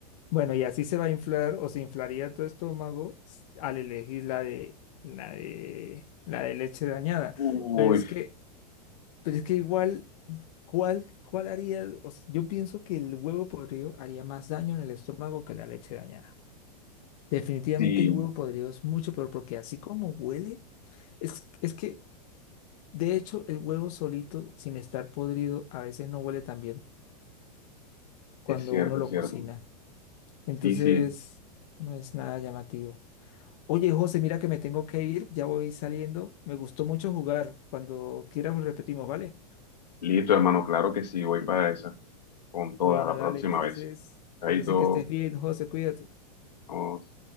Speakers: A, on the left (about 60°); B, on the left (about 85°).
A: bueno, y así se va a inflar o se inflaría tu estómago s- al elegir la de, la de, la de leche dañada.
B: Uy,
A: Pero es que Pero es que igual, ¿cuál, cuál haría? o sea, yo pienso que el huevo podrido haría más daño en el estómago que la leche dañada. Definitivamente
B: sí.
A: el huevo podrido es mucho peor porque así como huele, es, es que de hecho el huevo solito, sin estar podrido, a veces no huele tan bien cuando
B: Es cierto,
A: uno lo
B: es cierto.
A: cocina. Entonces,
B: Sí, sí.
A: no es nada llamativo. Oye, José, mira que me tengo que ir, ya voy saliendo. Me gustó mucho jugar. Cuando quieras repetimos, ¿vale?
B: Listo, hermano. Claro que sí. Voy para esa. Con toda
A: Bueno,
B: la
A: dale,
B: próxima
A: entonces,
B: vez. Chaito.
A: entonces que estés bien, José, cuídate.
B: Vamos.